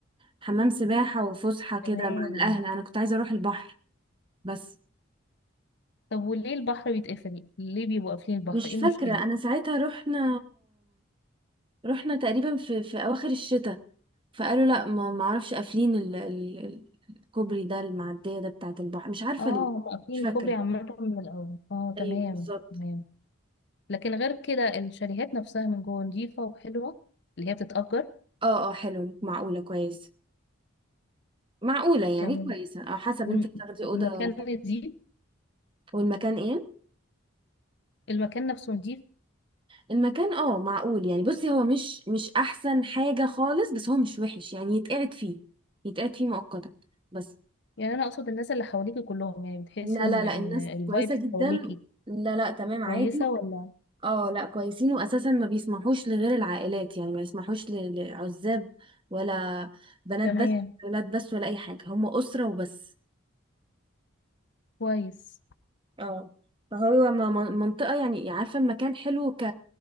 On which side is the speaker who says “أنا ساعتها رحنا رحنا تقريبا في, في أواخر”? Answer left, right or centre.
Right